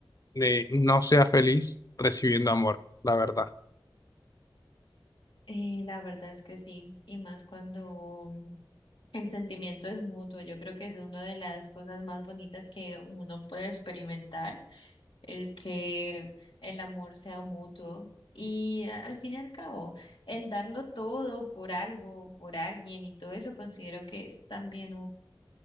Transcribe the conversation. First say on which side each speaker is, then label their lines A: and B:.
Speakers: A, on the left; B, on the left.
A: eh, no sea feliz recibiendo amor, la verdad.
B: Eh, la verdad es que sí, y más cuando El sentimiento es mutuo, yo creo que es una de las cosas más bonitas que uno puede experimentar, el que el amor sea mutuo y a- al fin y al cabo, el darlo todo por algo, por alguien y todo eso considero que es también